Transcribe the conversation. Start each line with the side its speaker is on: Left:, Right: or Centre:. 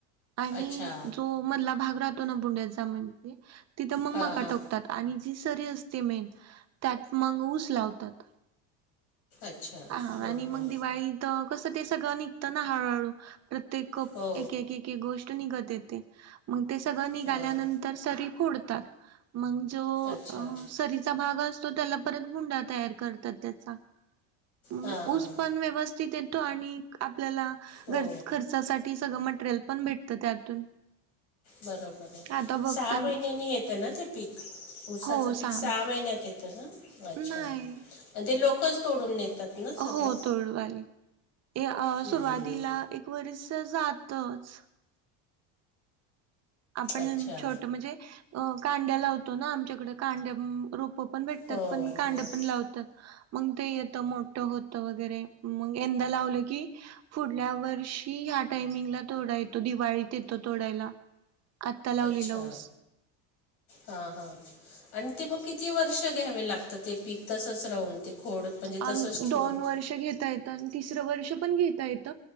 Right: आणि
Left: अच्छा
Right: जो मधला भाग राहतो ना बुंड्याचा म्हणजे तिथं मग
Left: हां
Right: मक- -
Left: हां
Right: का घालतात, आणि जी सरी असते मेन त्यात मग ऊस लावतात.
Left: अच्छा हां
Right: हा आणि
Left: हां
Right: मग दिवाळी कसं ते सगळं निघतं ना हळूहळू प्रत्येक
Left: हो
Right: एकेक एकेक गोष्ट -- निघत येते. म सगळ निघाल्यानंतर
Left: हां
Right: सरी फोडतात. जो
Left: अच्छा
Right: अ सरीचा भाग असतो त्याला परत बुंडा तयार करतात त्याचा. अ
Left: हां हां
Right: ऊस पण व्यवस्थित येतो आणि आपल्याला --
Left: हो
Right: घर खर्चासाठी सगळं मटेरियल पण भेटतं त्यातून.
Left: बरोबरये.
Right: आता बघत
Left: सहा महिन्यानी येत ना ते पीक. उसाचं
Right: हो
Left: पीक
Right: साम
Left: सहा महिन्यात येतं ना. अच्छा.
Right: नाही.
Left: ते लोकच तोडून नेतात. ना सगळं?
Right: हो. तोडवाली, ए अ
Left: हं,
Right: सुरुवातीला
Left: हं.
Right: एक वरीस जातच. आपण
Left: अच्छा.
Right: छोट म्हणजे अ कांड्या लावतो ना. आमच्याकडे कांड्या रोप -- रोप पण भेटत्यात,
Left: हो,
Right: पण कांड्या
Left: हो.
Right: पण लावतात. मग ते येतं. मोठ होतं वगैरे, मग यंदा लावलं की -- पुुढल्या वर्षी ह्या टायमिंगला तोडा येतो. दिवाळीत येतो तोडायला. आत्ता लावलेला
Left: अच्छा,
Right: ऊस.
Left: हा, हा. आणि ते मग किती वर्ष घ्यावे लागत? ते पीक तसच रावुन ते खोड. म्हणजे
Right: आम
Left: तसंच ठेवून?
Right: दोन वर्ष घेता ये त. तिसरं वर्ष पण घेता येत.